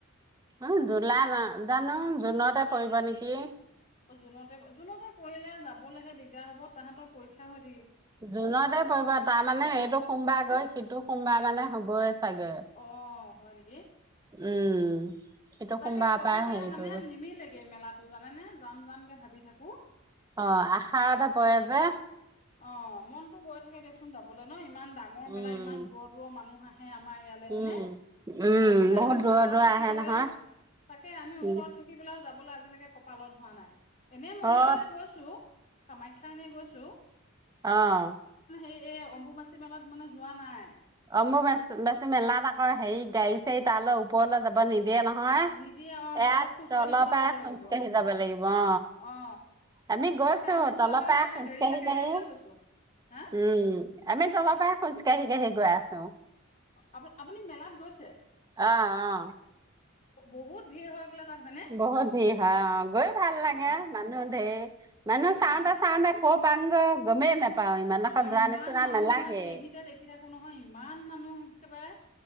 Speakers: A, on the right; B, on the left.
A: উ জুলাই ন জানো জুনতে পৰিব নেকি
B: জুনতে, জুনতে পৰিলে যাবলৈহে দিগদাৰ হব তাহাঁতৰ পৰীক্ষা হয়
A: জুনতে পৰিব তাৰমানে এইটো সোমবাৰ গৈ সিটো সোমবাৰ মানে হ'বই চাগে,
B: অ হয় নেকি
A: উম। সিটো সোমবাৰৰ
B: তাকে প্ৰতিবাৰে
A: পৰাই হেৰি
B: মানে
A: পৰিব,
B: নিমিলেগে মেলাটো জানেনে জাম জাম কে ভাবি থাকো
A: অ আহাৰতে পৰে যে
B: অ মনতো গৈ থাকে দিয়কচোন যাবলৈ ন ইমান ডাঙৰ
A: উম।
B: মেলা ইমান দূৰৰ দূৰৰ মানুহ আহে হে আমাৰ ইয়ালে
A: উম,
B: হয়নে
A: উম,
B: চাবলে
A: বহুত
B: আমি
A: দূৰৰ
B: ওচৰত
A: দূৰৰ
B: থাকি
A: আহে
B: পেলাইও
A: নহয়,
B: তাকে আমি
A: উম,
B: ওচৰত থাকি পেলাইও যাব লৈ আজিলৈকে কপালত হোৱা নাই এনেই
A: অ',
B: মন্দিৰলৈ গৈছো কামাখ্যা এনে গৈছো
A: আহ
B: এই এই অম্বুবাচী মেলাত মানে যোৱা নাই
A: অ মোৰ বে বেছি মেলাত আকৌ হেৰি গাড়ী চাৰী তালৈ ওপৰলৈ যাব নিদিয়ে দিয়ে নহয়
B: নিদিয়ে অ
A: ইয়াত
B: অলপ খোজকাঢ়ি
A: তলৰ
B: পেলাই
A: পৰাই
B: যাব
A: খোজকাঢ়ি
B: লাগিব
A: যাব লাগিব অ
B: অ
A: আমি গৈছো
B: তাকে আমি যোৱাবাৰ
A: তলৰ পৰাই
B: একে
A: খোজকাাশঢ়ি
B: হেৰিলৈকে
A: কাঢ়ি
B: গাড়ী লৈ গৈছো হা
A: উম আমি তলৰ পৰাই খোজকাাঢ়ি কাঢ়ি গৈ আছো
B: আপুনি আপুনি মেলাত গৈছে
A: অ অ
B: বহুত ভিৰ হয় বোলে? তাত হয়নে
A: বহুত ভিৰ হয় অ গৈ ভাল লাগে
B: অ
A: মানুহ ধেৰ মানুহ চাওঁতে
B: অ
A: চাওঁতে খুব কত পাও গৈ গমেই নাপাও ইমান দখৰ
B: অঁ
A: যোৱা
B: ইমান
A: নিচিনা
B: মানুহ
A: নালাগে
B: হয় টিভিতে দেখি থাকো নহয় ইমান মানুহ একেবাৰে